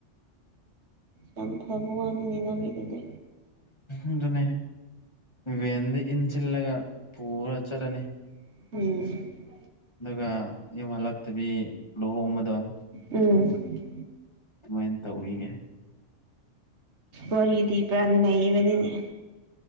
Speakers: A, on the right; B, on the left.
A: ꯌꯥꯝ ꯐꯕ ꯋꯥꯅꯤꯅꯦ ꯅꯪꯒꯤ ꯑꯗꯨꯗꯤ
B: ꯑꯗꯨꯅꯦ ꯚꯦꯟꯗ ꯏꯟꯁꯤꯜꯂꯒ ꯄꯨꯔ ꯆꯠꯂꯅꯤ
A: ꯎꯝ
B: ꯑꯗꯨꯒ ꯌꯨꯝ ꯍꯜꯂꯛꯇꯕꯤ ꯂꯨꯍꯣꯡꯕꯗꯣ
A: ꯎꯝ
B: ꯑꯗꯨꯃꯥꯏꯅ ꯇꯧꯔꯤꯒꯦ
A: ꯋꯥꯔꯤꯗꯤ ꯄꯨꯔꯥ ꯅꯕꯅꯤꯅꯦ